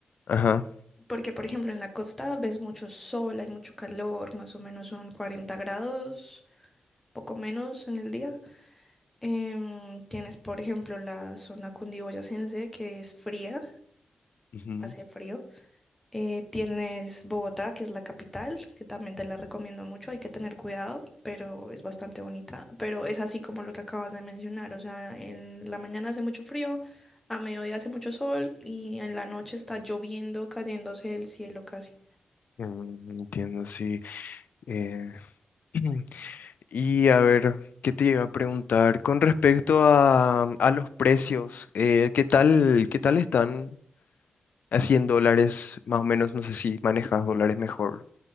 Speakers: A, on the left; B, in the centre.
A: Ajá.
B: porque por ejemplo en la costa ves mucho sol, hay mucho calor, más o menos son 40 grados, poco menos en el día. Em, tienes por ejemplo la zona cundiboyacense que es fría,
A: Ujú.
B: hace frío. Eh, tienes Bogotá, que es la capital, que también te la recomiendo mucho, hay que tener cuidado, pero es bastante bonita. Pero es así como lo que acabas de mencionar, o sea, en la mañana hace mucho frío, a mediodía hace mucho sol y en la noche está lloviendo, cayéndose del cielo casi.
A: Mm, Entiendo, sí. Eh, <clears throat> Y a ver, ¿qué te iba a preguntar? Con respecto a, a los precios, eh, ¿qué tal, qué tal están así en dólares? Más o menos, no sé si manejas dólares mejor.